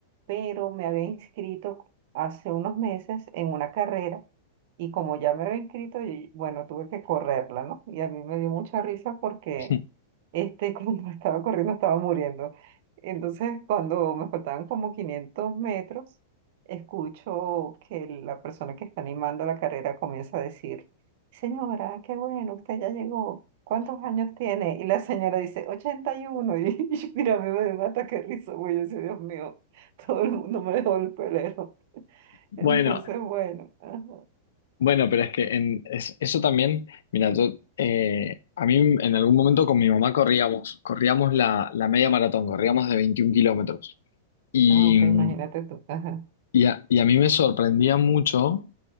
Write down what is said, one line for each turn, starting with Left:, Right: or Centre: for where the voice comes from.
Right: pero me había inscrito hace unos meses en una carrera y como ya me había inscrito, y, bueno, tuve que correrla, ¿no? Y a mí me dio mucha risa porque,
Left: <laughs>
Right: este, <laughs> cuando estaba corriendo estaba muriendo. Entonces, cuando me faltaban como 500 metros, escucho que la persona que está animando la carrera comienza a decir... Señora, qué bueno, usted ya llegó. ¿Cuántos años tiene? Y la señora dice, ochenta Y, uno y <laughs> y mira, a mí me dio un ataque de risa, güey. Yo decía, Dios mío, todo el mundo me dejó el pelero. <laughs>
Left: Bueno,
Right: Entonces, bueno. ajá.
Left: bueno, pero es que en, es- eso también, mira, yo, eh, a mí en algún momento con mi mamá corríamos, corríamos la, la media maratón, corríamos de 21 kilómetros. Y,
Right: Ah, ok, imagínate tú. Ajá,
Left: y a, y a mí me sorprendía mucho